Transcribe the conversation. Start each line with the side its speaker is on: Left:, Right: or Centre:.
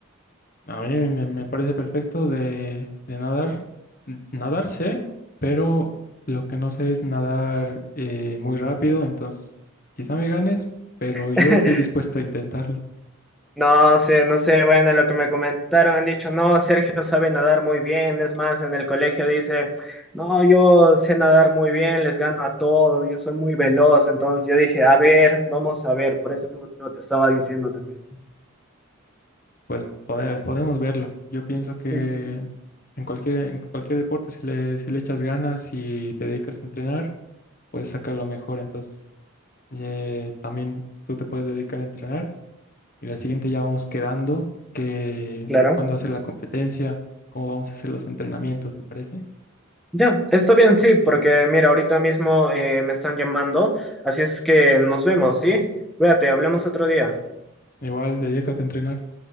Left: A mí me, me parece perfecto de, de nadar. N- Nadar sé, pero lo que no sé es nadar eh, muy rápido. Entonces, quizá me ganes, pero yo
Centre: <laughs>
Left: estoy dispuesto a intentarlo.
Centre: No sé, no sé, bueno, lo que me comentaron, han dicho, no, Sergio sabe nadar muy bien, es más, en el colegio dice, no, yo sé nadar muy bien, les gano a todo, yo soy muy veloz, entonces yo dije, a ver, vamos a ver, por ese motivo te estaba diciendo también.
Left: Pues pode- podemos verlo. Yo pienso que
Centre: Sí,
Left: en cualquier, en cualquier deporte, si le, si le echas ganas y te dedicas a entrenar, puedes sacar lo mejor. Entonces, eh, también tú te puedes dedicar a entrenar Y la siguiente ya vamos quedando, que
Centre: claro.
Left: cuándo hacer la competencia, cómo vamos a hacer los entrenamientos, ¿te parece?
Centre: Ya, está bien, sí, porque mira, ahorita mismo eh, me están llamando, así es que nos vemos, ¿sí? Cuídate, hablamos otro día.
Left: Igual, dedícate a entrenar.